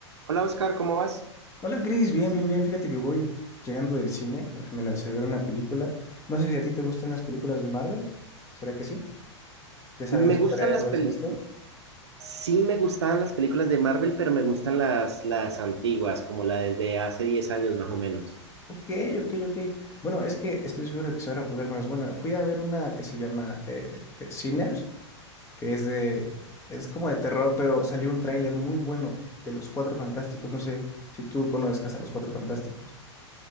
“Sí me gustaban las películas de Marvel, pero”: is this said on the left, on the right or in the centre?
Right